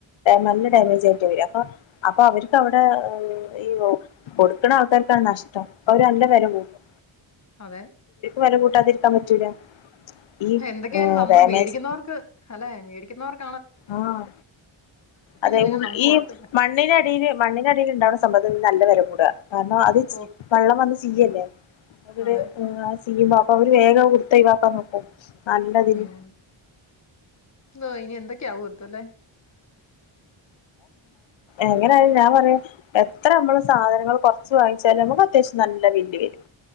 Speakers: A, on the left; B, on the left.
A: നല്ല ഡാമേജായിട്ട വര്യ അപ്പൊ അപ്പ അവർക്ക് അവിടെ ഈ കൊടുക്കണ ആൾക്കാർക്കാ നഷ്ടം അവര് നല്ല വെല കൂട്ടും
B: അതെ
A: വെല കൂട്ടാതിരിക്കാൻ പറ്റൂല ഈ
B: എന്തൊക്കെയായാലും നമ്മള്
A: ഡാമേജ്
B: മേടിക്കുന്നോർക്ക് അല്ലെ മേടിക്കുന്നോർക്ക്
A: ആഹ് അതെ
B: പിന്നെ
A: ഉൾ
B: നമുക്ക്
A: ഈ
B: കൊഴപ്പല്ല.
A: മണ്ണിനടിയില് മണ്ണിനടിൽ ഇണ്ടാവുന്ന സമ്പത്ത്ന്ന് നല്ല വില കൂടുക കാരണം അത് ച്
B: ഓഹ്
A: വെള്ളം വന്ന് ചീയ്യല്ലേ അവിടെ
B: അതെ.
A: ചീയ്മ്പ അപ്പൊ അവര് വേഗ കൊടുത്തൊയിവാക്കാൻ നോക്കും നല്ലതിന്
B: ഉം എന്തൊയ് നിന്തെ ക്കാവത്തുല്ലേ
A: എങ്ങനെയാലും ഞാൻ പറയാ എത്ര മ്മള് സാധനങ്ങൾ കൊറച്ച് വാങ്ങിച്ചാലും നമുക്ക് അത്യാവശ്യം നല്ല ബില്ല് വരും